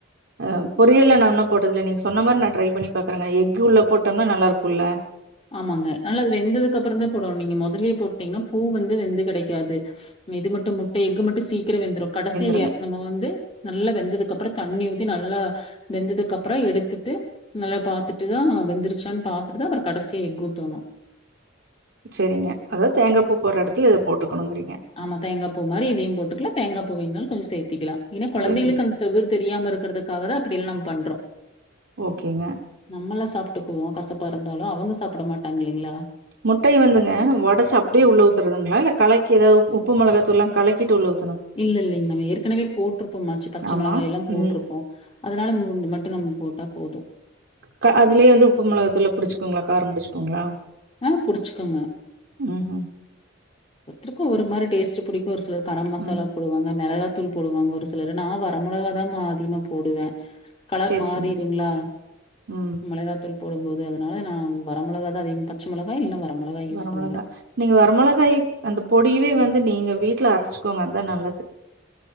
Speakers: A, on the right (about 70°); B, on the left (about 30°).
A: அ பொரியல்ல நா இன்னு போட்டதில்ல நீங்க சொன்ன மாரி நா ட்ரை பண்ணி பாக்குறேங்க எக்கு உள்ள போட்டோம்னா நல்லருக்குல
B: ஆமாங்க ஆனால அது வெந்ததுக்கு அப்புறந்தா போடோன் நீங்க மொதல்யே போட்டீங்னா பூ வந்து வெந்து கெடைக்காது இது மட்டு முட்ட எக்கு மட் டு சீக்கிர வெந்துரோ கடைசிய
A: வெந்துருங்க
B: நம்ம வந்து நல்லா வெந்ததுக்கு அப்புற தண்ணி ஊத்தி நல்லா வெந்ததுக்கு அப்புற எடுத்துட்டு நல்லா பாத்துட்டு தா வெந்துருச்சான் பாத்தட்டு தா அப்பறோ கடசிய எக்கு ஊதோனோ
A: செரிங்க அதாவ்து தேங்கா பூ போட்ற எடத்ல இத போட்டுக்கணுங்கிறீங்
B: ஆமா தேங்கா பூ மாரி இதையு போட்டுக்லா தேங்கா பூ வேனாலு கொஞ்சோ சேத்திக்கலா ஏன்னா கொழந்தைகளுக்
A: சரி.
B: அந்த தகுர் தெரியாம ரு க்கிறதுக்காகதா அப்படில் நம் பண்றோ
A: ஓகேங்க.
B: நம்மல்லா சாப்ட்டுக்குவோ கசப் பா இருந்தாலு அவங்க சாப்பிட மாட்டாங்கில்லைங்ளா
A: முட்டைய வந்துங்க ஒடச் அப்டியே உள்ள ஊத்துறதுங்ளா இல்ல கலக்கி எதாவ் உப்பு மொளகத்தூள்லா கலக்கிட்டு உள்ள ஊ
B: இல்ல இல்லைங் நா ஏற்கனவே போட்ருப்போம்மாச்சி பச்ச
A: ஆமா.
B: மிளகா எல்லாமே போட்ருப்போ
A: ம்.
B: அதனால மு மட்டு நம் போட்டா போது
A: க அதுலியே வந்து உப்பு மெளகத்தூள்லா புடிச்சுக்கோங்ளா காரோ புடிச்சுக்கோங்ளா
B: அ புடிச்சுக்கோங்க
A: ம் ம்
B: ஒருத்தருக்கு ஒவ்வோரு மாரி டேஸ்ட்டு பிடிக்கோ ஒரு சிலர் கரம் மசாலா
A: ம். ம்
B: போடுவாங்க மெளகா தூள் போடுவாங்க ஒரு சிலரு நா வர மொளகாதா மா அதிகமா போடுவே கலர்
A: சரி,
B: மாறிருங்களா
A: சரிங்க. ம்.
B: மெளகாத்தூள் போடும்போது அதனால நா வர மொளகா தா அதிக பச்ச மெளகா இல்ல வர மொளகா யூஸ்
A: வரமொளகா
B: பண்ணுவே
A: நீங்க வரமொளகாய் அந்த பொடிவவே வந்து நீங்க வீட்ல அரச்சுக்கோங்க அதா நல்லது